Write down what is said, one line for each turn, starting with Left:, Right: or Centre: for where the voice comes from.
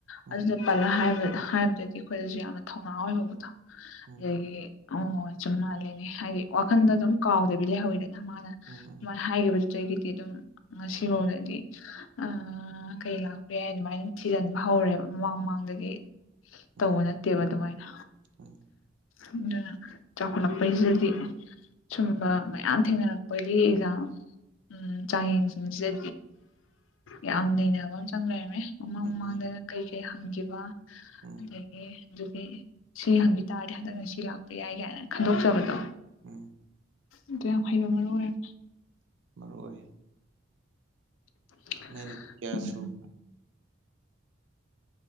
Right: ꯎꯝ
Left: ꯑꯗꯨꯗꯣ ꯄꯜꯂ ꯍꯥꯏꯕ ꯍꯥꯏꯕꯗꯒꯤ ꯑꯩꯈꯣꯏꯗꯖꯨ ꯌꯥꯝꯅ ꯊꯧꯅꯥ ꯑꯣꯏꯍꯧꯕꯗꯣ
Right: ꯎꯝ
Left: ꯑꯗꯒꯤ ꯑꯣ ꯆꯨꯝ ꯃꯥꯜꯂꯦꯅꯦ ꯍꯥꯏꯗꯤ ꯋꯥꯈꯟꯗ ꯑꯗꯨꯝ ꯀꯥꯎꯗꯕꯤ ꯂꯩꯍꯧꯏꯗꯅ ꯃꯥꯅ
Right: ꯎꯝ ꯎꯝ
Left: ꯁꯨꯃꯥꯏ ꯍꯥꯏꯒꯤꯕ ꯆꯩꯒꯤꯗꯤ ꯑꯗꯨꯝ ꯉꯁꯤꯕꯧꯗꯗꯤ ꯑ ꯀꯩ ꯂꯥꯛꯄ ꯌꯥꯏ ꯑꯗꯨꯃꯥꯏꯅ ꯑꯗꯨꯝ ꯊꯤꯖꯤꯟꯕ ꯍꯧꯔꯦꯕ ꯃꯃꯥꯡ ꯃꯃꯥꯡꯗꯒꯤ
Right: ꯎꯝ
Left: ꯇꯧꯕ ꯅꯠꯇꯦꯕ ꯑꯗꯨꯃꯥꯏꯅ
Right: ꯎꯝ
Left: ꯑꯗꯨꯅ ꯆꯥꯎꯈꯠꯂꯛꯄꯩꯖꯤꯖꯗꯤ ꯁꯨꯝꯕ ꯃꯌꯥꯝ ꯊꯦꯡꯅꯔꯛꯄꯒꯤ ꯑꯦꯛꯖꯥꯝ ꯎꯝ ꯆꯥꯡꯌꯦꯡꯁꯤꯡꯁꯦ ꯌꯥꯝ ꯅꯩꯅꯕ ꯑꯝ ꯆꯪ ꯂꯩꯔꯝꯃꯦ ꯃꯃꯥꯡ
Right: ꯎꯝ
Left: ꯃꯃꯥꯡꯗꯅ ꯀꯩꯀꯩ ꯍꯪꯈꯤꯕ
Right: ꯎꯝ
Left: ꯑꯗꯒꯤ ꯑꯗꯨꯗꯤ ꯁꯤ ꯍꯪꯒꯤ ꯇꯥꯔꯗꯤ ꯍꯟꯗꯛꯅ ꯁꯤ ꯂꯥꯛꯄ ꯌꯥꯏ ꯀꯥꯏꯅ ꯈꯟꯗꯣꯛꯆꯕꯗꯣ
Right: ꯎꯝ
Left: ꯑꯗꯨ ꯌꯥꯝ ꯍꯩꯕ ꯃꯔꯨ ꯑꯣꯏꯔꯝꯃꯦ
Right: ꯃꯔꯨ ꯑꯣꯏꯌꯦ
Left: <inaudible>
Right: ꯃꯤꯅꯤꯠ ꯀꯌꯥ
Left: ꯎꯝ
Right: ꯁꯨꯨꯕꯅꯣ